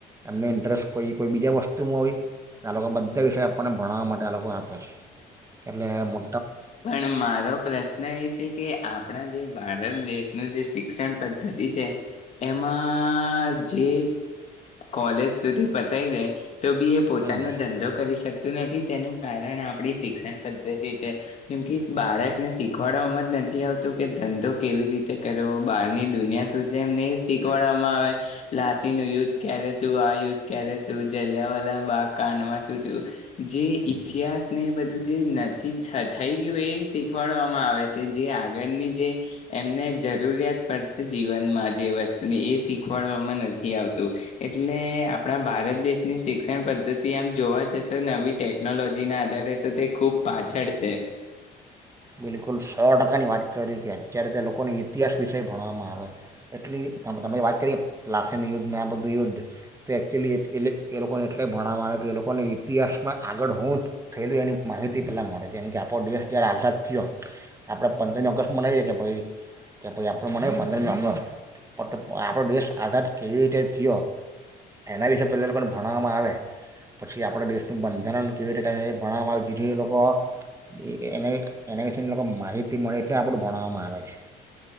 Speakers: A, on the right (about 20°); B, on the left (about 40°).
A: એમને ઇન્ટરેસ્ટ કોઈ કોઈ બીજા વસ્તુમાં હોય આ લોકો બધા વિષય આપણને ભણાવવા માટે આ લોકો આપે છે એટલે મો
B: પણ મારો પ્રશ્ન એ છે કે આપણા જે ભારત દેશ નું જે શિક્ષણ પદ્ધતિ છે એમાં જે કોલેજ સુધી પતાવી દે તો બી એ પોતાનો
A: હમ
B: ધંધો કરી શકતું નથી તેનું કારણ આપ આપણી શિક્ષણ પદ્ધતિ છે જેમ કે બાળકને શીખવાડવામાં જ નથી આવતું કે ધંધો કેવી રીતે કરવો બહારની દુનિયા શું છે એમ નહી શીખવાડવામાં આવે લાસીનુંું યુદ્ધ ક્યારે તું આ યુદ્ધ ક્યારે તું જલ્યાવાલા બા કાનમાં શું થયું જે ઈતિહાસ ને એ બધું જે નથીત થઈ ગયું એ શીખવાડવામાં આવે છે. જે આગળની જે એમને જરૂરિયાત પડશે જીવનમાં જે વસ્તુની એ શીખવાડવામાં નથી આવતું એટલે આપણા ભારત દેશની શિક્ષણ પદ્ધતિ આમ જોવા જશો નવી ટેકનોલોજી ના આધારે તો તે ખુબ પાછળ છે.
A: બિલકુલ સો ટકાની વાત કરી કે અત્યારે તો લોકોને ઇતિહાસ વિશેય ભણવામાં આવે એટલી તમે વાત કરીએ લશન યુદ્ધ ને આ બધું યુદ્ધ તે એક્ચ્યુઅલી એટલે એ લોકોને એટલે ભણાવવામાં આવે કે એ લોકોને ઇતિહાસમાં આગળ હું થયેલું એની માહિતી પહેલાં મળે જેમ કે આપણો દેશ જ્યારે આઝાદ થયો આપણે પંદરમી ઓગસ્ટ મનાવીએ કે ભાઈ કે ભાઈ આપણું મનાવીએ પંદરમી ઓગસ્ટ પણ આપણો દેશ આઝાદ કેવી રીતે થયો? એના વિશે પહેલા લોકોને ભણાવવામાં આવે પછી આપણે દેશનું બંધારણ કેવી રીતે ભણાવવામાં આવે જેથી એ લોકો એ એનેએના વિશેની લોકો માહિતી મળે એટલે આપણું ભણાવવામાં આવે છે